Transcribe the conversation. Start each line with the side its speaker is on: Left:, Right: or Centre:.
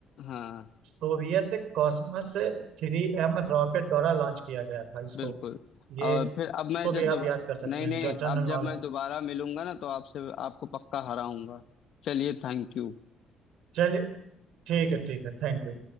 Left: हाँ
Right: सोवियत कॉस्मस थ्री एम रॉकेट द्वारा लॉन्च किया गया था इसको
Left: बिल्कुल
Right: ये
Left: और
Right: इसको
Left: फिर अब मैं जब
Right: भी
Left: दोबारा
Right: आप याद कर सकते
Left: नहीं
Right: हैं
Left: नहीं
Right: जनरल
Left: अब जब
Right: नॉलेज
Left: मैं दोबारा मिलूंगा ना तो आपसे आपको पक्का हराऊंगा चलिए थैंक यू
Right: चलिए ठीक है ठीक है Thank you